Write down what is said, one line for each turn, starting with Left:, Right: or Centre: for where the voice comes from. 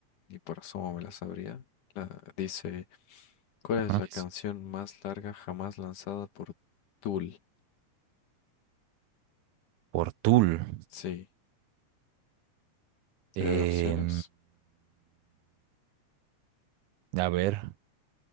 Left: ni por asomo me la sabría. La, dice... ¿Cuál es
Right: ajá.
Left: la canción más larga jamás lanzada por Tool?
Right: Por Tool.
Left: Sí, ¿te
Right: Em,
Left: doy opciones?
Right: a ver,